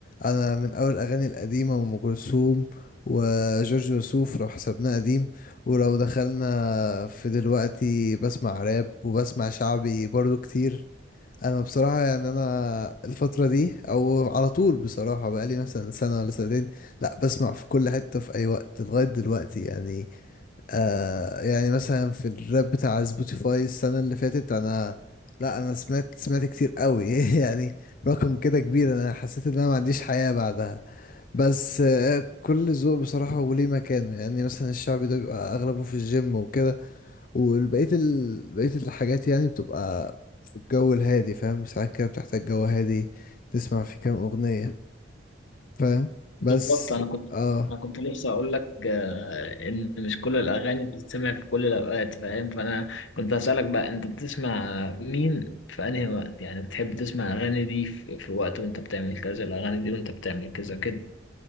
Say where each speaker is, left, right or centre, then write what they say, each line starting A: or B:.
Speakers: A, on the left; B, on the left.
A: انا من اول الاغاني القديمة وام كلثوم وجورج وسوف لو حسبناه قديم ولو دخلنا في دلوقتي بسمع راب وبسمع شعبي برضو كتير انا بصراحه يعني انا الفتره دي او على طول بصراحه بقالي مثلا سنه ولا سنتين لا بسمع في كل حته في اي وقت لغايه دلوقتي يعني آه يعني مثلا في الراب بتاع سبوتيفاي السنه اللي فاتت انا لا انا سمعت سمعت كتير قوي <laughs> يعني رقم كده كبير انا حسيت ان انا ما عنديش حياه بعدها بس آه كل ذوق بصراحه وليه مكانه يعني مثلا الشعبي ده بيبقى اغلبه في الجيم وكده والبقية ال... بقية الحاجات يعني بتبقى في الجو الهادي فاهم ساعات كده بتحتاج جو هادي تسمع في كام أغنية فاهم
B: بالظبط
A: بس
B: انا كنت
A: اه
B: انا كنت لسه اقول لك آه، ان مش كل الاغاني بتتسمع في كل الاوقات فاهم فانا كنت هسالك بقى انت بتسمع مين في انهي وقت يعني بتحب تسمع اغاني دي في, في وقت وانت بتعمل كذا الاغاني دي وانت بتعمل كذا كده